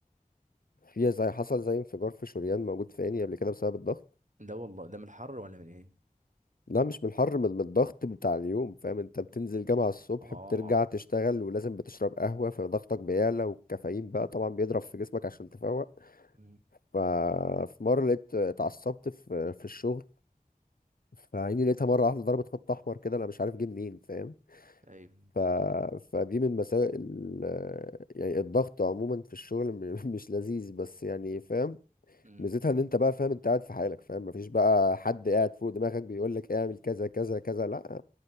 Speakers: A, on the left; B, on the right.
A: فيها زي حصل زي انفجار في شريان موجود في عيني قبل كده بسبب الضغط
B: ده والله ده من الحر ولا من ايه
A: لا مش من الحر من من الضغط بتاع اليوم فاهم انت بتنزل جامعة الصبح
B: اه
A: بترجع تشتغل ولازم بتشرب قهوة فضغطك بيعلى والكافيين بقى طبعا بيضرب في جسمك عشان تفوق
B: مم.
A: ففي مرة لقيت اتعصبت في في الشغل فعيني لقيتها مرة واحدة ضربت خط أحمر كده أنا مش عارف جه منين فاهم
B: ايوه
A: ف... فدي من مساوئ ال... يعني الضغط عموما في الشغل م- <laughs> مش لذيذ بس يعني فاهم
B: مم.
A: ميزتها ان انت بقى فاهم انت قاعد في حالك فاهم مفيش بقى حد قاعد فوق دماغك بيقول لك اعمل كذا كذا كذا لا